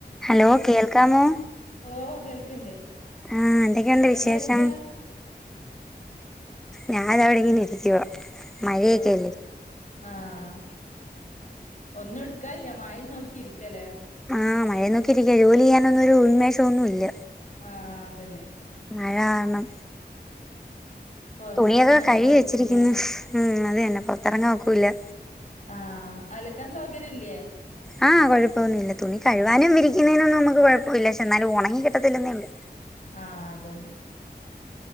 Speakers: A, in the centre; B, on the left.
A: Hello കേൾക്കാമോ
B: ഓ കേൾക്കണ്ട്
A: ആഹ് എന്തൊക്കെയുണ്ട് വിശേഷം
B: എന്ത് എടുക്കാ
A: ഞാനവിടെ ഇങ്ങനെ ഇരിക്കുവാ മഴയക്കെയല്ലേ
B: ഓ ആഹ് ഒന്നും എടുക്കാനില്ല മഴേ നോക്കി ഇരിക്കലേ
A: ആഹ് മഴയും നോക്കി ഇരിക്കാ ജോലി ചെയ്യാനൊന്നൊരു ഉന്മേഷം ഒന്നുമില്ല
B: ആഹ് അതന്നെ
A: മഴ കാരണം
B: പൊറത്തെറങ്ങാനും
A: തുണിയൊക്കെ കഴിവി
B: പറ്റൂല്ല
A: വെച്ചിരിക്കുന്നു, ഉം അത് തന്നെ പുറത്തിറങ്ങാ ഒ ക്കൂല്ലാ
B: ആഹ് അലക്കാൻ സൗകര്യം ഇല്ലേ?
A: ആ, കുഴപ്പൊന്നുമില്ല തുണി കഴുവാനും വിരിക്കുന്നതിനൊന്നും നമുക്ക് കുഴപ്പമില്ല, പക്ഷെ എന്നാലും ഒണങ്ങി കിട്ടത്തില്ലെന്നേ ഉള്ളൂ
B: ആഹ് അതന്നെ